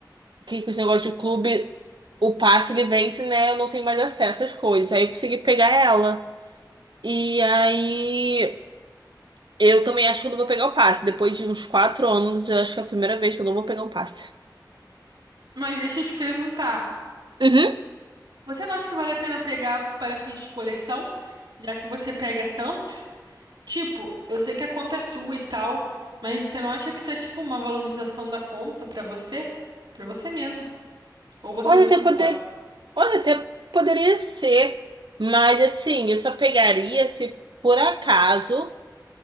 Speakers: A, on the right; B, on the right.
A: Que com esse negócio de clube, o passe ele vence, né? Eu não tenho mais acesso às coisas. Aí eu consegui pegar ela. E aí eu também acho que eu não vou pegar o passe. Depois de uns quatro anos, eu acho que é a primeira vez que eu não vou pegar um passe.
B: Mas deixa eu te perguntar.
A: Uhum.
B: Você não acha que vale a pena pegar para fins de coleção, já que você pega tanto? Tipo, eu sei que a conta é sua e tal, mas você não acha que isso é tipo uma valorização da conta pra você? Pra você mesma? Ou você
A: Olha,
B: não
A: até
B: se importa?
A: poder... Olha, até poderia ser. Mas assim, eu só pegaria se por acaso.